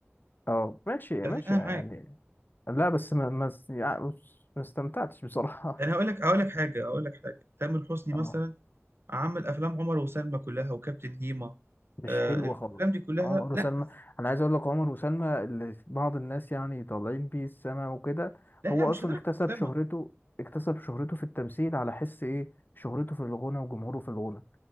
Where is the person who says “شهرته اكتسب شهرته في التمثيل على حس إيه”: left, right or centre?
Left